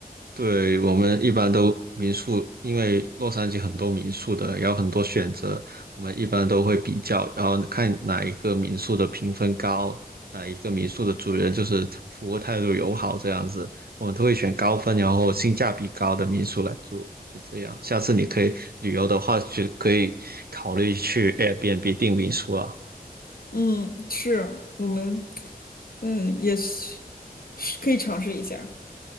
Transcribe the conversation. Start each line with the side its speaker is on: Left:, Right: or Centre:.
Right: 对，我们一般都民宿，因为洛杉矶很多民宿的，也有很多选择，我们一般都会比较，然后看哪一个民宿的评分高，哪一个民宿的主人就是服务态度友好这样子，我们都会选高分，然后性价比高的民宿来住，就这样。下次你可以旅游的话，就可以考虑去 Airbnb 订民宿啊。
Left: 嗯，是我们，嗯，也是是可以尝试一下。